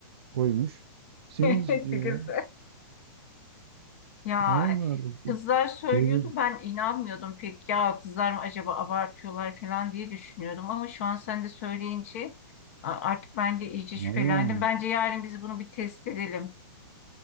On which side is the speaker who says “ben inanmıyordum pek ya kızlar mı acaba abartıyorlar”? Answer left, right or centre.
Left